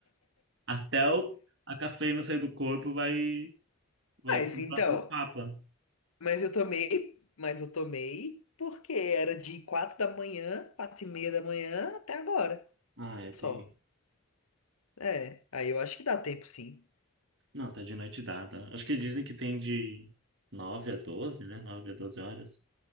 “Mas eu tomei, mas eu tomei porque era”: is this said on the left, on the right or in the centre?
Left